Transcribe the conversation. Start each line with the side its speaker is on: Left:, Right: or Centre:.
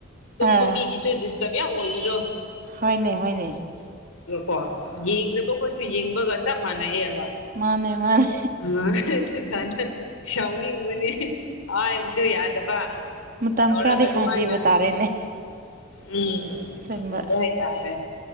Left: ꯇꯨꯝꯕ
Right: ꯑꯥ
Left: ꯃꯤꯒꯤꯁꯨ ꯗꯤꯁ ꯇꯔꯞ ꯌꯥꯝ ꯑ‌ꯣꯏꯕꯗꯣ
Right: ꯍ‌ꯣꯏꯅ‌ꯦ ꯍ‌ꯣꯏꯅ‌ꯦ
Left: ꯀꯣ ꯌꯦꯡꯗꯕꯈꯣꯏꯁꯨ ꯌꯦꯡꯕꯒ ꯆꯞ ꯃꯥꯟꯅꯩꯕ
Right: ꯃꯥꯅꯦ ꯃꯥꯅꯦ
Left: ꯑꯥ ꯑꯗꯨ ꯀꯟꯗ ꯁꯥꯎꯅꯤꯡꯕꯅꯦ ꯍꯥꯏꯕꯁꯨ ꯌꯥꯗꯕ
Right: ꯃꯇꯝ
Left: ꯇꯧꯔꯒ
Right: ꯈꯔꯗꯤ
Left: ꯑꯗꯨꯃꯥꯏꯅ
Right: ꯈꯥꯡꯈꯤꯕ ꯇꯥꯔꯦꯅꯦ
Left: ꯎꯝ
Right: ꯑꯁꯦꯡꯕ
Left: ꯑ ꯍꯣꯏ ꯇꯥꯥꯔꯦ